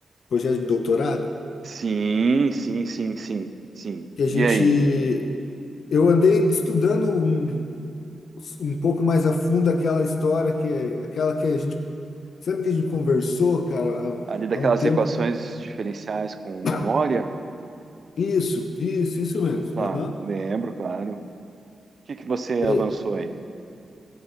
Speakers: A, on the left; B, on the right.
A: projeto de doutorado?
B: Sim, sim, sim, sim, sim.
A: Que a gente.
B: E aí?
A: Eu andei estudando um, um pouco mais a fundo aquela história que aquela que a gente, sabe que a gente conversou, cara,
B: Ali daquelas
A: há, há um tempo?
B: equações diferenciais com memória?
A: <coughs> Isso, isso, isso mesmo.
B: Tá,
A: aham.
B: lembro, claro. O que que você
A: E
B: avançou aí?